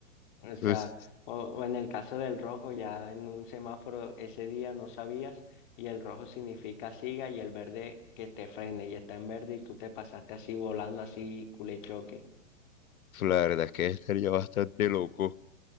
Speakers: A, on the left (about 35°); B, on the left (about 80°).
A: O sea,
B: pues,
A: o, o en el caso del rojo, ya en un semáforo ese día no sabías y el rojo significa siga y el verde que te frene y está en verde y tú te pasaste así volando así culechoque.
B: la verdad es que estaría bastante loco.